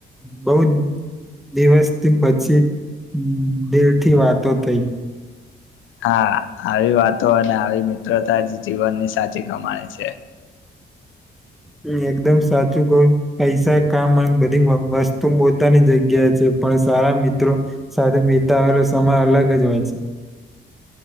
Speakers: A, in the centre; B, on the left.
A: બઉ દિવસથી પછી દીલથી વાતો થઈ.
B: હા આવી વાતો અને આવી મિત્રતા જ જીવનની સાચી કમાણે છે.
A: હ એકદમ સાચું કઉ પૈસા કામ અન બધી વસ્તુ પોતાની જગ્યા છે પણ સારા મિત્રો સાથે વિતાવેલો સમય અલગ જ હોય છે.